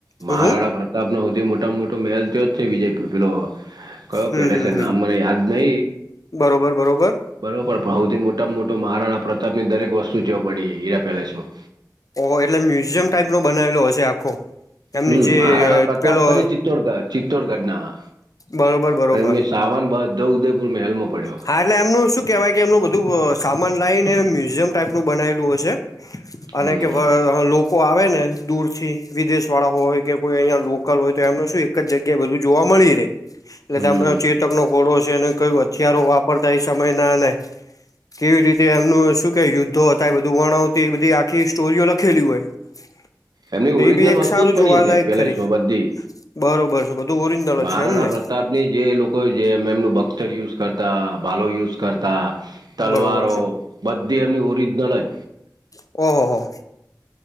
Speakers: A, on the left; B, on the right.
A: હમ
B: મહારાણા
A: હમ
B: પ્ર. પ્રતાપ નો હોવથી મોટા મોટો મેહેલ તોયો જ છે વિજય પેલો. કહયો
A: હમ
B: પેલા
A: હમ
B: છે
A: હમ
B: નામ મને યાદ નહિ.
A: બરોબર બરોબર
B: બરોબર પણ હોવથી મોટામાં મોટો મહારાણા પ્રતાપ ની દરેક વસ્તુ જેવ પડી હે હીરા પેલેસ માં.
A: ઓ એટલે મ્યુઝિયમ ટાઈપનો બનાવેલો હશે આખો એમની
B: હમ
A: જે
B: મહારાણા પ્રતાપ
A: પેલો.
B: ખરી ચિત્તોડગઢ ચિત્તોડગઢના
A: બરોબર બરોબર
B: પણ એમની સામાન બઘો ઉદયપુર મહેલમાં પડ્યો.
A: હા એટલે એમનું શું કેહેવાય કે એમનું બધું સામાન લઇને મ્યુઝિયમ ટાઈપનું બનાયલું હશે. અને
B: હમ
A: કે અ લોકો આવે ને દૂર થી. વિદેશ વાળા હોય કે કોઈ અહીયાં લોકલ હોય તો એમનું શું એક જગ્યાએ બધું જોવા મળી રહેે. એટલે
B: હમ
A: તને ચેતકનો ઘોડો છે અને કહ્યું હથિયારો વાપરતા એ સમયનાને. કેવી રીતે એમનું શું કે યુદ્ધો હતા બધું વર્ણ હતી બધી આખી સ્ટોરીઓ લખેલી હોય. <unintelligible>
B: એમની ઓરિજનલ
A: એ બી એક
B: વસ્તુ
A: સારું
B: જ પડી
A: જોવાલાયક
B: હતી આ પેલેસમાં
A: ખરી
B: બધી
A: બરોબર છે બધું ઓરિજનલ
B: મહારાણા
A: જ. એમ ને
B: પ્રતાપની જે લોકો જેમ એમનું બખ્તર યુઝ કરતા ભાલો યુઝ કરતા. તલવારો
A: બરોબર
B: બધી એમની ઓરિજનલ જ.
A: ઓહ હો.